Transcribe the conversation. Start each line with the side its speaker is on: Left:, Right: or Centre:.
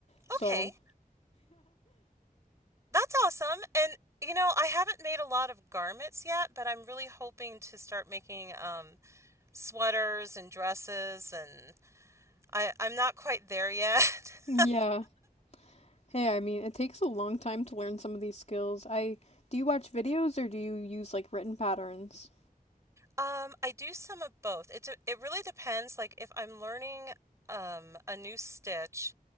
Left: So,
Right: Okay, that's awesome. And you know, I haven't made a lot of garments yet, but I'm really hoping to start making um, sweaters and dresses, and I I'm not quite there yet.
Left: yeah.
Right: <laughs>
Left: Hey, I mean, it takes a long time to learn some of these skills. I do you watch videos or do you use like written patterns?
Right: Um, I do some of both. It's a, it really depends. Like if I'm learning um, a new stitch.